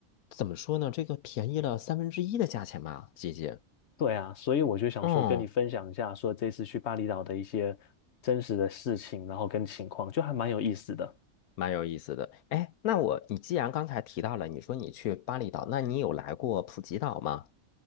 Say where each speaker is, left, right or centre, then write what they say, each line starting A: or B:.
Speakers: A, on the left (about 85°); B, on the left (about 55°).
A: 怎么说呢？这个便宜了三分之一的价钱吧，姐姐。
B: 对啊，所以我就想说跟你分享一下，
A: 嗯，
B: 说这次去巴厘岛的一些真实的事情，然后跟情况，就还蛮有意思的。
A: 蛮有意思的。哎，那我，你既然刚才提到了，你说你去巴厘岛，那你有来过普吉岛吗？